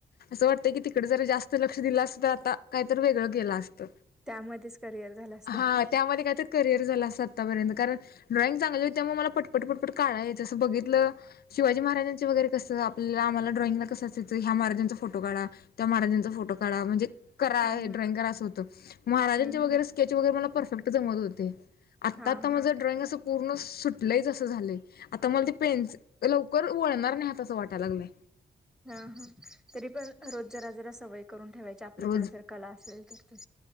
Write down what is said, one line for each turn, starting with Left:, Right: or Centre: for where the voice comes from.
Left: असं वाटत कि तिकडे जर जास्त लक्ष दिलं अस त आता काहीतर वेगळं केलं असत,
Centre: त्यामध्येच करिअर झालं असतं.
Left: हा त्यामध्ये काहीतरी करिअर झाल असंत आतापर्यंत कारण ड्रॉइंग चागली होत त्यामुळ मला पटपट पटपट काडाय यचं असं बघितलं शिवाजी महाराज वगरे कस आप आमला ड्रॉइंगला कसं असयचं ह्या महाराजचा फोटो काढा त्या माहाराजा फोटो काढ म्हणजे करा
Centre: हम्म हम्म
Left: ड्रॉइंग करा असं होतं, महाराजांचे
Centre: हम्म
Left: वगैरे
Centre: हम्म
Left: स्केच वगैरे मला परफेक्ट जमत होते. आत्ता
Centre: हा
Left: आता माझं
Centre: हा.
Left: ड्रॉइंग असं पूर्ण सुटलंच असं झालंय आता मला ते पेन्स लकर वळणार नाही हात वाटयला लागलंय.
Centre: हा हा तरी पण रोज जरा जरा सवय करून ठेवायची आपल्याकडे
Left: रोज
Centre: जर कला असेल तर त